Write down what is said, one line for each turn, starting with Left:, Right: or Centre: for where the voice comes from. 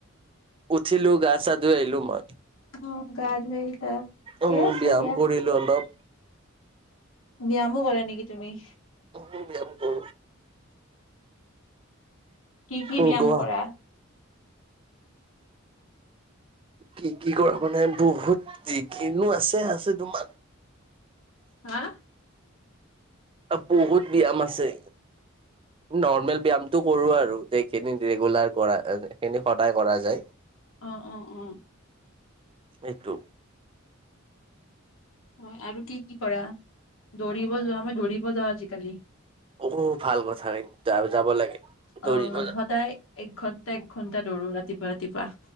Right: উঠিলো গা চা ধুই আহিলো মই
Left: অ গা ধুই আহিলা। ঠিকে
Right: উম,
Left: আছে
Right: ব্যায়াম
Left: দিয়া
Right: কৰিলো অলপ।
Left: ব্যায়ামো কৰা নেকি তুমি?
Right: অাম <inaudible> কৰো
Left: কি কি
Right: উ
Left: ব্যায়াম
Right: গোৱা
Left: কৰা?
Right: কি কি কৰাব নাই বহুত যিকিনো আছে - আছে তোমাৰ।
Left: হা!
Right: আ বহুত ব্যায়াম আছে। নৰ্মেল ব্যায়ামটো কৰো আৰু সেইখিনি ৰেগুলাৰ কৰা সেইখিনি সদায় কৰা যায়।
Left: অ অ অ।
Right: এইটো।
Left: হয় আৰু কি কি কৰা? দৌৰিব যোৱা মই দৌৰিব যাওঁ আজিকালি।
Right: অহ ভাল কথা <inaudible> যাব লাগে। দৌৰিব
Left: অ সদায় একঘণ্টা - একঘণ্টা দৌৰো ৰাতিপুৱা - ৰাতিপুৱা।